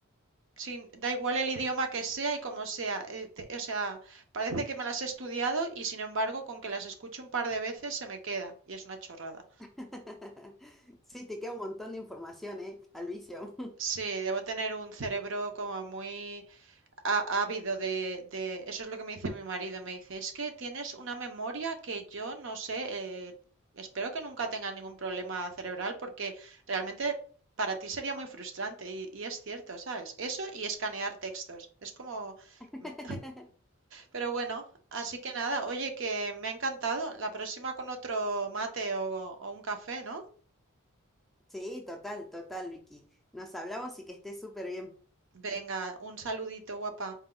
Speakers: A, on the right; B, in the centre.
A: sin- da igual el idioma que sea y como sea. eh, te- o sea, parece que me las he estudiado y sin embargo, con que las escuche un par de veces se me queda y es una chorrada.
B: <laughs> Sí, te queda un montón de información, ¿eh? Al vicio.
A: Sí, debo tener un cerebro como muy á- ávido de, de- Eso es lo que me dice mi marido. Me dice, es que tienes una memoria que yo no sé, eh, espero que nunca tengas ningún problema cerebral porque realmente para ti sería muy frustrante y, y es cierto, ¿sabes? Eso y escanear textos. Es como...
B: <laughs>
A: Me, Pero bueno, así que nada, oye, que me ha encantado. La próxima con otro mate o, o un café, ¿no?
B: Sí, total, total, Vicky. Nos hablamos y que estés súper bien.
A: Venga, un saludito, guapa.